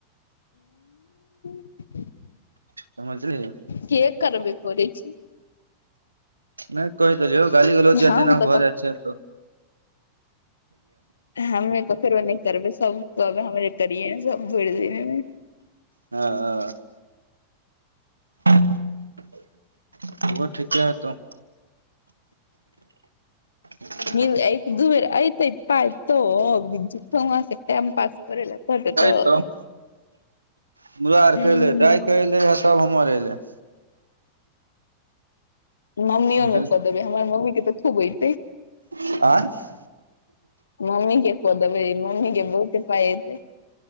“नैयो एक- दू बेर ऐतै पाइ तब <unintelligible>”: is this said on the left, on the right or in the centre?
Left